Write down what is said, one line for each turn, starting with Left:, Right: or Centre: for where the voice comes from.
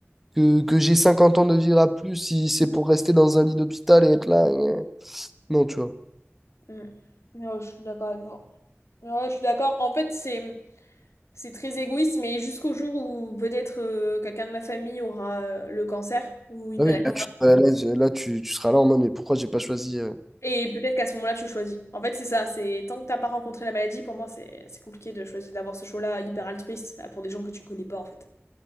Centre: que, que j'ai 50 ans de vivre à plus, si c'est pour rester dans un lit d'hôpital et être là. euh, Non, tu vois.
Left: Mm. Non, je suis d'accord avec toi. Ouais, je suis d'accord. En fait, c'est c'est très égoïste, mais jusqu'au jour où peut-être euh, quelqu'un de ma famille aura euh, le cancer ou une
Centre: Ah
Left: maladie.
Centre: oui, là, tu, euh, là, je- là, tu, tu seras là en mode, mais pourquoi j'ai pas choisi. euh,
Left: Et peut-être qu'à ce moment-là, tu choisis. En fait, c'est ça. C'est tant que t'as pas rencontré la maladie, pour moi, c'est c'est compliqué de choisir d'avoir ce choix-là hyper altruiste euh, pour des gens que tu connais pas, en fait.